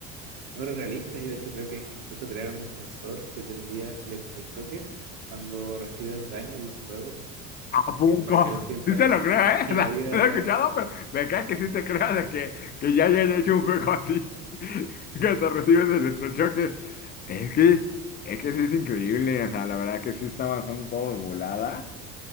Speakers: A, on the right; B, on the left.
A: muy realistas y de hecho creo que incluso crearon un sensor que te envía electrochoques cuando recibes daño en los juegos,
B: ¿A poco?
A: como para que lo sientas
B: Sí te lo creo,
A: <laughs>
B: ¿eh?
A: en
B: <laughs> O sea,
A: la vida
B: no lo
A: real.
B: he escuchado, pero me cae que sí te creas de que, que ya hayan hecho un juego así, <laughs> que te recibes el electrochoque. Es que, es que sí es increíble, o sea, la verdad que sí está avanzando todo de volada.